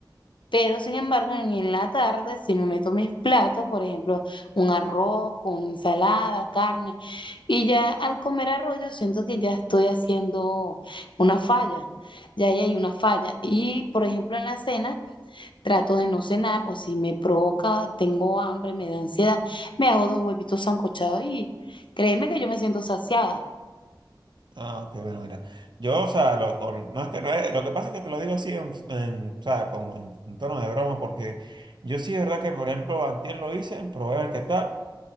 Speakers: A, on the left; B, on the right.
A: Pero sin embargo, en la tarde, si me meto mis platos, por ejemplo, un arroz con ensalada, carne, y ya al comer arroz, yo siento que ya estoy haciendo una falla, ya ahí hay una falla. Y por ejemplo, en la cena, trato de no cenar, o si me provoca, tengo hambre, me da ansiedad, me hago dos huevitos sancochados y créeme que yo me siento saciada.
B: Ah, ok, bueno, mira. Yo, o sea, lo, con- no es que, no es- lo que pasa es que te lo digo así, en, en, o como en, en tono de broma, porque yo sí es verdad que, por ejemplo, antier lo hice, probé a ver qué tal,